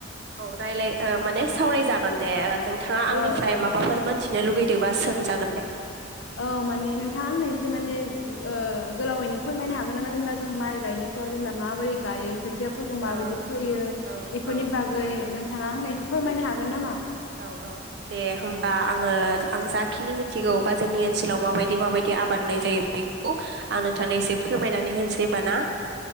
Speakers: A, on the right; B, on the left.
A: औ रायलाय ओ माने सावरायजागोन दे ओ नोंथाङा आंनिफ्राय
B: औ औ
A: माबाफोर मोनथिनो लुगैद दिबा सोंजागोन दे
B: औ माने नोंथाङा आंनो एसे माने ओ गोलावैनो फोरमायनो हागोन नामा जेनेबा जों माइ गायनायफोराव जेनेबा माबोरै गायो खोथिया फोरखौ माबायदि
A: औ
B: फैयो
A: औ
B: इफोरनि
A: औ
B: बागै नोंथ थाङा आंनो एसे फोरमायनो हागोन नामा?
A: औ औ दे होमबा
B: औ
A: आङो आं जा खिनि मिथिगौ बा जोंनि ओनसोलाव माबायदि माबायदि आबाद मावनाय जायो बेखौ आं नोंथांनो एसे फोरमायनानै होनोसै होमबा ना